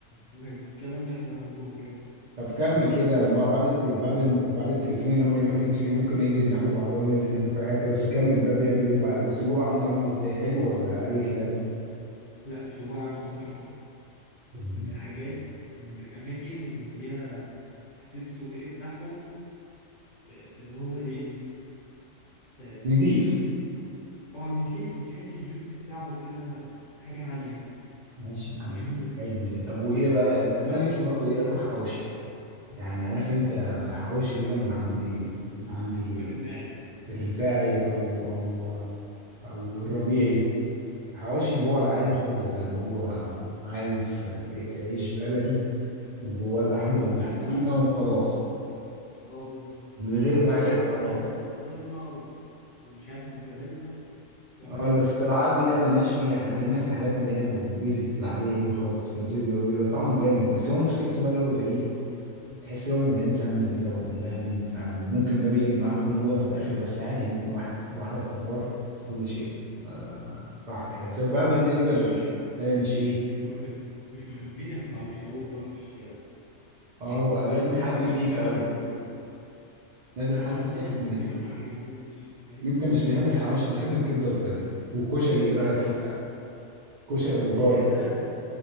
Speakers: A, on the left (about 50°); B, on the right (about 80°).
A: والله الكلام ده احنا هنجوع بجد
B: طب كمل كده ما- بعد الت- بعد الم- بعد التليفون اللي انا بكلمك فيه ده شكلي ممكن ننزل ناخد العربيه وننزل ناكل في حته بس كمل بقى بيعمل ايه وبعد والسجق عنده عامل ازاي حلو ولا اي كلام
A: لا السجق عنده الصراحه تحفه
B: مم.
A: من الحاجات من الاماكن اللي هي حسيت السجق بتاعهم آه، اللي هو ايه اه
B: نضيف
A: آه، نضيف وتحس الجوس بتاعه كده حاجه عاليه
B: ماشي يا عم
A: جميله
B: حلو ده طب وايه بقى طب انا نفسي برضو ايه اكل حواوشي يعني عارف انت حواوشي كده من عندي من عندي
A: رفاعي
B: الرفاعي او او او الربيعي حواوشي اللي هو العادي خالص ده اللي هو عادي في في, في عيش بلدي وجواه اللحمه
A: واللحمه
B: وطحينه وخلاص
A: اه بالظبط
B: من غير
A: الاختراعات
B: بقى اي حوارات
A: بقى بتاعت البسطرمه و... ومش عارف موتزاريلا وحاجات
B: اه الاختراعات
A: غريبه كده
B: دي
A: بتحصل
B: لا ملناش فيها احنا خلينا في الحاجات اللي هي البيزك العاديه دي خالص بيبقى بيبقى طعمه جامد بس هو مشكلته بقى اللي هو بقى ايه تحس ان هو مليان سمنه كده ومدهن فممكن ده بيقلب معاك حموضه في الاخر بس عادي ممكن واحد واحده فوار كل شيء آه راح لحاله طب بقى بالنسبه
A: مش
B: ل... آه مش ايه
A: مش محب مش محبين الحواوشي أوي برا في الشارع
B: اه
A: يعني
B: هو
A: أنا
B: لازم
A: جربت
B: حد
A: أماكن
B: نضيف
A: كتير
B: قوي
A: ما حبيتهوش
B: لازم
A: لا
B: حد
A: جربت ناس
B: واثق
A: كتيرة
B: منه
A: ما عجبتنيش فاهم
B: انت مش بتحب الحواوشي انت بتحب الكبده اكتر يعني والكشري ايه رايك
A: اه
B: فيه بقى كشري
A: الكشري
B: ابو طارق
A: ده